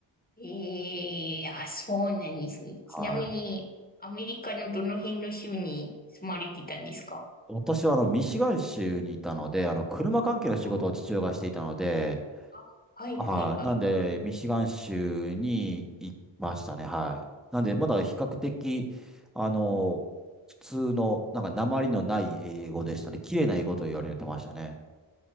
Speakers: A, on the left; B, in the centre.
A: ええ。あ、そうなんですね。
B: はい。
A: ちなみに、アメリカのどの辺の州に住まれてたんですか
B: 私はあの、ミシガン州にいたので、あの、車関係の仕事を父親がしていたので、
A: ああ、あはいはいはい。
B: はい。なんで、ミシガン州に行きましたね。はい。なんで、まだ比較的、あの、
A: うん
B: 普通の、なんか、訛りのない英語でしたね。綺麗な英語と言われてましたね。